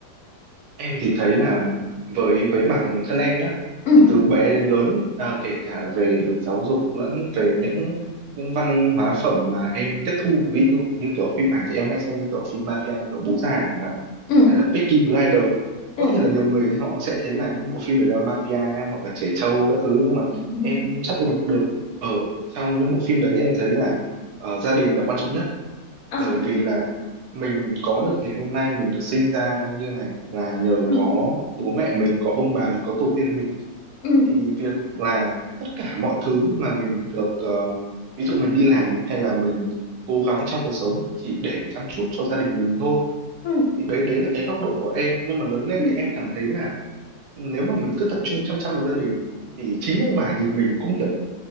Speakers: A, on the right; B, on the left.
A: em thì thấy là với với bản thân em nhé
B: Ừ,
A: thì từ bé đến lớn à, kể cả về được giáo dục lẫn về những những văn hóa phẩm mà em tiếp thu ví dụ như kiểu phim ảnh thì em hay xem như kiểu phim mafia như kiểu Bố Già chẳng hạn
B: ừ,
A: hay là Peaky Blinders có
B: ừ.
A: thể là nhiều người họ sẽ thấy là những bộ phim đấy là mafia hoặc là trẻ trâu các thứ nhưng mà
B: <laughs> ừ
A: em chắt lọc được ở trong những bộ phim đấy thì em thấy là ờ, gia đình là quan trọng nhất
B: Ờ,
A: bởi vì là mình có được ngày hôm nay mình được sinh ra như này là nhờ
B: ừ,
A: có bố mẹ mình có ông bà mình có tổ tiên mình
B: ừ,
A: thì việc là tất cả mọi thứ mà mình được ờ, ví dụ mình đi làm hay là mình cố gắng trong cuộc sống chỉ để chăm chút cho gia đình mình thôi
B: ừ.
A: thì đấy đấy là cái góc độ của em nhưng mà lớn lên
B: ừ.
A: thì em cảm thấy là nếu mà mình cứ tập trung chăm chăm vào gia đình thì chính ông bà nhìn mình cũng kiểu